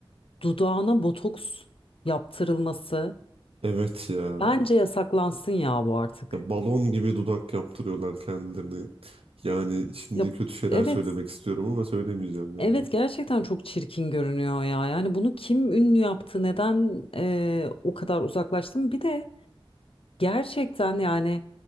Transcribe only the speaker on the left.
dudağına botoks yaptırılması
bence yasaklansın ya bu artık.
Ya
evet.
Evet
gerçekten çok çirkin görünüyor ya. Yani bunu kim ünlü yaptı? Neden eee, o kadar uzaklaştım? Bir de gerçekten yani